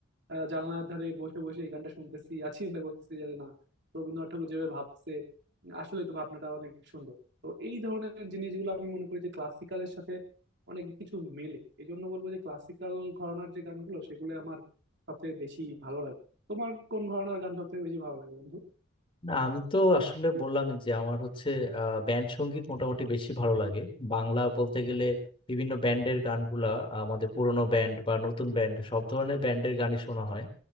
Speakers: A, on the right (about 55°); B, on the left (about 25°).
A: আহ, জানলার ধারে বসে বসে এই গানটা শুনতেছি আর চিন্তা করতেছি যে না রবীন্দ্রনাথ ঠাকুর যেভাবে ভাবছে আসলে তো ভাবনাটা অনেক সুন্দর তো এই ধরনের জিনিসগুলো আমি মনে করি যে ক্লাসিক্যালের সাথে অনেক কিছু মেলে এই জন্য বলবো যে ক্লাসিক্যাল ঘরানার যে গানগুলো সেগুলো আমার সবথেকে বেশি ভালো লাগে তোমার কোন ঘরানার গান সবথেকে বেশি ভালো লাগে বন্ধু
B: না আমি তো আসলে বললামই যে আমার হচ্ছে ব্যান্ড সঙ্গীত মোটামুটি বেশি ভালো লাগে বাংলা বলতে গেলে বিভিন্ন ব্যান্ডের গানগুলা আমাদের পুরনো ব্যান্ড বা নতুন ব্যান্ড সব ধরনের ব্যান্ডের গানই শোনা হয়